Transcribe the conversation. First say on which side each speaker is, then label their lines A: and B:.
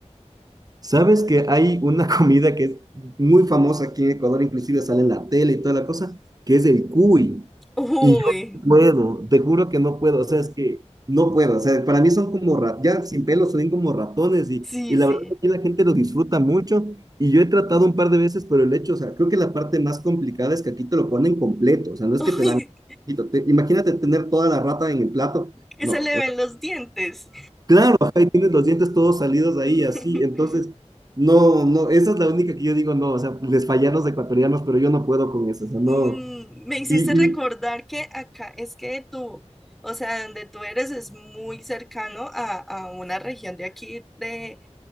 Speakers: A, on the right (about 35°); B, in the centre.
A: ¿Sabes que hay una <laughs> comida que es muy famosa aquí en Ecuador, inclusive sale en la tele y toda la cosa, que es el cuy?
B: Uy,
A: Y yo no puedo, te juro que no puedo, o sea, es que no puedo, o sea, para mí son como, ra- ya sin pelo, son como ratones y,
B: sí,
A: y la
B: sí.
A: verdad aquí la gente lo disfruta mucho y yo he tratado un par de veces, pero el hecho, o sea, creo que la parte más complicada es que aquí te lo ponen completo, o sea, no es
B: <laughs>
A: que te
B: Uy,
A: dan, poquito, te- imagínate tener toda la rata en el plato,
B: que
A: no,
B: se le ven los dientes.
A: Claro, ajá, y tienes los dientes todos salidos ahí,
B: <laughs>
A: así. Entonces, no, no, esa es la única que yo digo, no, o sea, les fallan los ecuatorianos, pero yo no puedo con eso, o sea, no.
B: Mm, me hiciste
A: Y,
B: recordar
A: y
B: que acá es que tú, o sea, donde tú eres es muy cercano a, a una región de aquí, de,